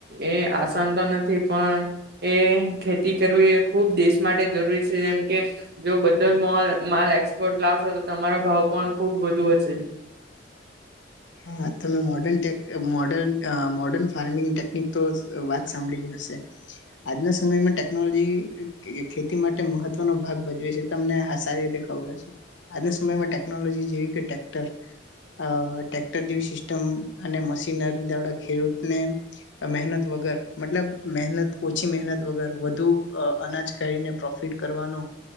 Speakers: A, on the right; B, on the left.
A: એ આસાન તો નથી પણ એ ખેતી કરવી એ ખૂબ દેશ માટે. રૂરી છે જેમ કે જો બધો માલ એક્સપોર્ટ લાવશો તો તમારો ભાવ પણ ખુબ વધુ હશે.
B: હા તમે મોડનટે મોર્ડન મોર્ડર્ન ફાર્મિંગ ટેકનિક તો વાત સાંભળી જ હશે. આજના સમયમાં ટેકનોલોજી ખેતી માટે મહત્વનો ભાગ ભજવે છે તમને સારી રીતે ખબર હશે, આજના સમયમાં ટેકનોલોજી જેવી કે ટેક્ટર. અ ટ્રેક્ટર સિસ્ટમ અને મશીનરી દ્વાળ ખેડૂતને મહેનત વગર મતલબ મહેનત ઓછી મહેનત વગર વધુ અનાજ કરીને પ્રોફિટ કરવાનો